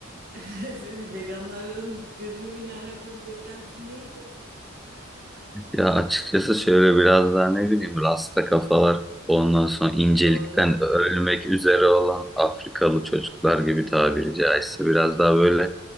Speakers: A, on the right (about 45°); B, in the centre.
A: <laughs> Veganların görünümüyle alakalı beklentin neydi?
B: Ya açıkçası şöyle biraz daha ne bileyim rasta kafalar ondan sonra incelikten
A: Ha, doğru,
B: ölmek
A: doğru.
B: üzere olan Afrikalı çocuklar gibi tabiri caizse biraz daha böyle